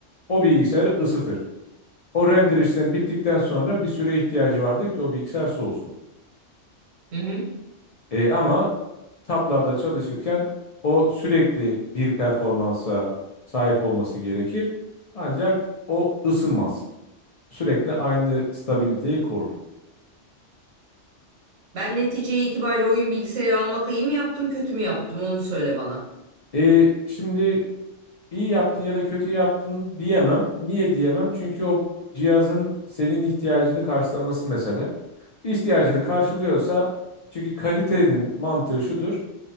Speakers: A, on the left; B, on the right.
A: O bilgisayarı ısıtır. O render işlemi bittikten sonra bir süre ihtiyacı vardır ki o bilgisayar soğusun.
B: Hı hı.
A: E, ama tablarda çalışırken o sürekli bir performansa sahip olması gerekir. Ancak o ısınmaz. Sürekli aynı stabiliteyi korur.
B: Ben neticeye itibariyle oyun bilgisayarı almak iyi mi yaptım, kötü mü yaptım onu söyle bana.
A: E, şimdi İyi yaptın ya da kötü yaptın diyemem. Niye diyemem? Çünkü o cihazın senin ihtiyacını karşılaması mesele. İhtiyacını karşılıyorsa çünkü kalitenin mantığı şudur.